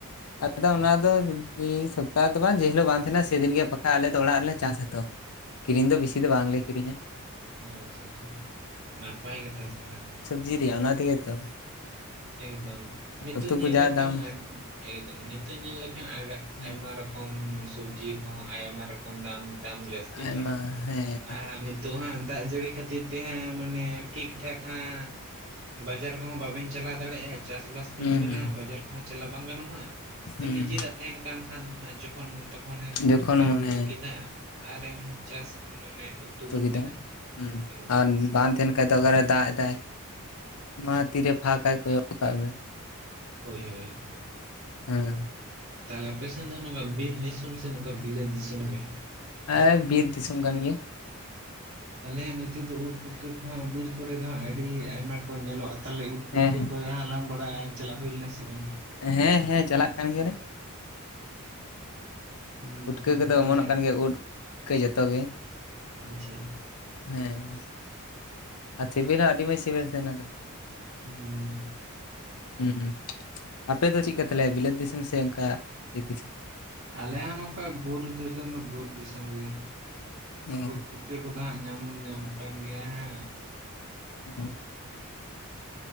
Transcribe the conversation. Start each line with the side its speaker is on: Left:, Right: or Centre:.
Left: ᱟᱫᱚ ᱚᱱᱟ ᱫᱚ ᱡᱩᱫᱤ ᱥᱚᱯᱛᱟᱦᱚ ᱫᱚ ᱵᱟᱝ ᱡᱮ ᱦᱤᱞᱳᱜ ᱵᱟᱝ ᱛᱟᱦᱮᱱᱟ ᱥᱮᱫᱤᱱ ᱜᱮ ᱦᱟᱸᱜ ᱵᱟᱠᱷᱟᱡ ᱟᱞᱮ ᱫᱚ ᱚᱲᱟᱜ ᱨᱮᱞᱮ ᱪᱟᱥ-ᱟ ᱛᱚ ᱠᱤᱨᱤᱧ ᱫᱚ ᱵᱤᱥᱤ ᱫᱚ ᱵᱟᱝᱞᱮ ᱠᱤᱨᱤᱧᱟ ᱾
Right: ᱚ ᱟᱪᱪᱷᱟ ᱟᱪᱪᱷᱟ ᱱᱟᱯᱟᱭ ᱠᱟᱛᱷᱟ ᱛᱚ ᱛᱟᱦᱞᱮ
Left: ᱡᱤ ᱨᱮᱭᱟᱜ ᱚᱱᱟ ᱛᱮᱜᱮ ᱛᱚ
Right: ᱮᱠᱫᱚᱢ ᱱᱤᱛᱳᱜ
Left: ᱩᱛᱩ
Right: ᱧᱮᱞ
Left: ᱠᱚ ᱡᱟ
Right: ᱞᱮᱠᱷᱟᱱ
Left: ᱫᱟᱢ
Right: ᱮᱠᱫᱚᱢ ᱱᱤᱛᱚᱜ ᱧᱮᱞ ᱞᱮᱠᱷᱟᱱ
Left: ᱦᱮᱸ
Right: ᱟᱭᱢᱟ ᱨᱚᱠᱚᱢ ᱦᱚᱸᱢ ᱥᱚᱵᱡᱤ ᱦᱚᱸ ᱟᱭᱢᱟ ᱨᱚᱠᱚᱢ ᱫᱟᱢ ᱫᱟᱢ ᱡᱟᱹᱥᱛᱤᱭ
Left: ᱟᱭᱢᱟ
Right: ᱠᱟᱱᱟ
Left: ᱦᱮᱸ
Right: ᱟ ᱱᱤᱛᱳᱜ ᱦᱟᱸᱜ ᱫᱟᱜ ᱡᱟᱹᱲᱤ ᱠᱷᱟᱹ ᱠᱷᱹᱛᱤᱨ ᱛᱮ ᱦᱟᱸᱜ ᱢᱟᱱᱮ ᱴᱷᱤᱠ ᱴᱷᱟᱠ ᱦᱟᱸᱜ ᱵᱟᱡᱟᱨ ᱦᱚᱸ ᱵᱟᱹᱧ ᱪᱟᱞᱟᱣ ᱫᱟᱲᱮᱜ-ᱟ ᱪᱟᱥᱵᱟᱥ ᱫᱤᱱ
Left: ᱦᱩᱸ
Right: ᱠᱟᱱᱟ
Left: ᱦᱩᱸ
Right: ᱵᱟᱡᱟᱨ ᱠᱚᱦᱚᱸ ᱪᱟᱞᱟᱣ ᱵᱟᱝ ᱜᱟᱱᱚᱜᱼᱟ ᱟᱫᱚ
Left: ᱦᱩᱸ
Right: ᱱᱤᱡᱮᱨᱟᱜ ᱛᱟᱦᱮᱱ ᱠᱟᱱ ᱠᱷᱟᱱ ᱫᱚ ᱦᱟᱸᱜ ᱡᱚᱠᱷᱚᱱ ᱢᱚᱱ ᱛᱚᱠᱷᱚᱱᱮᱢ
Left: ᱡᱚᱠᱷᱚᱱ
Right: ᱟᱹᱜᱩ
Left: ᱢᱚᱱᱮ
Right: ᱜᱚᱫ ᱠᱮᱫᱟ ᱦᱟᱸᱜ ᱟᱨᱮᱢ ᱪᱟᱥ ᱢᱟᱱᱮ ᱩᱛᱩ ᱜᱚᱫ
Left: ᱠᱮᱫᱟᱢ
Right: ᱠᱮᱫᱟ
Left: ᱦᱩᱸ
Right: ᱮᱠᱫᱚᱢ
Left: ᱟᱨ ᱵᱟᱝ ᱛᱟᱦᱮᱱ ᱠᱷᱟᱡ ᱫᱚ ᱚᱠᱟᱨᱮ ᱫᱟᱜ ᱮᱴᱫᱟᱭ ᱢᱟ ᱛᱤᱨᱮ ᱯᱷᱟᱠᱟᱭ ᱠᱚᱭᱚᱜ ᱠᱟᱜ ᱢᱮ
Right: ᱦᱳᱭ ᱦᱳᱭ
Left: ᱦᱮᱸ
Right: ᱛᱟᱦᱚᱞᱮ ᱟᱯᱮ ᱥᱮᱱ ᱫᱚ ᱦᱟᱸᱜ ᱱᱚᱝᱠᱟ ᱵᱤᱨ ᱫᱤᱥᱚᱢ ᱥᱮ ᱱᱚᱝᱠᱟ ᱵᱤᱞᱟᱹᱛ ᱫᱤᱥᱚᱢ ᱜᱮ
Left: ᱦᱮᱸ ᱵᱤᱨ ᱫᱤᱥᱚᱢ ᱠᱟᱱ ᱜᱮᱭᱟ
Right: ᱛᱟᱦᱚᱞᱮ ᱱᱤᱛᱚᱜ ᱫᱚ ᱩᱫ ᱯᱩᱴᱠᱟᱹ ᱠᱚᱦᱚᱸ ᱵᱤᱨ ᱠᱚᱨᱮ ᱫᱚ ᱦᱟᱸᱜ ᱟᱹᱰᱤ ᱟᱭᱢᱟ ᱠᱚ ᱧᱮᱞᱚᱜᱼᱟ ᱛᱟᱦᱚᱞᱮ ᱩᱫ ᱯᱩᱴᱠᱟᱹ
Left: ᱦᱮᱸ
Right: ᱠᱚ ᱜᱮ ᱦᱟᱞᱟᱝ ᱵᱟᱲᱟᱭ ᱪᱟᱞᱟ ᱦᱩᱭ ᱞᱮᱱᱟ ᱥᱮ ᱵᱟᱝ ᱜᱮ
Left: ᱦᱮᱸ ᱦᱮᱸ ᱪᱟᱞᱟᱜ ᱠᱟᱱ ᱜᱮᱭᱟ ᱞᱮ ᱾
Right: ᱦᱩᱸ
Left: ᱯᱩᱴᱠᱟᱹ ᱠᱚᱫᱚ
Right: ᱛᱟᱦᱚᱞᱮ
Left: ᱚᱢᱚᱱᱚᱜ ᱠᱟᱱ ᱜᱮᱭᱟ ᱩᱫ ᱯᱩᱴᱠᱟᱹ ᱡᱚᱛᱚ ᱜᱮ
Right: ᱟᱪᱪᱷᱟ
Left: ᱦᱮᱸ ᱾ ᱟᱨ ᱥᱤᱵᱤᱞ ᱦᱚᱸ ᱟᱹᱰᱤ ᱢᱚᱡᱽ ᱥᱤᱵᱤᱞ ᱛᱟᱦᱮ ᱚᱱᱟ ᱫᱚ ᱾
Right: ᱦᱩᱸ ᱾
Left: ᱦᱩᱸ ᱟᱯᱮ ᱫᱚ ᱪᱤᱠᱠᱟ ᱛᱟᱞᱦᱮ ᱵᱤᱞᱟᱹᱛ ᱫᱤᱥᱚᱢ ᱥᱮ ᱚᱝᱠᱟ ᱵᱤᱨ ᱫᱤᱥᱚᱢ?
Right: ᱟᱞᱮ ᱦᱚᱸ ᱱᱚᱝᱠᱟ ᱵᱩᱨᱩ ᱫᱤᱥᱚᱢ ᱫᱚ ᱵᱩᱨᱩ ᱫᱤᱥᱚᱢ ᱜᱮ
Left: ᱚ
Right: ᱩᱫ ᱯᱩᱴ ᱠᱟᱹ ᱠᱚᱫᱚ ᱦᱟᱸᱜ ᱧᱟᱢ ᱧᱟᱢᱚᱜ ᱠᱟᱱ ᱜᱮᱭᱟ ᱦᱟᱸᱜ ᱾
Left: <unintelligible>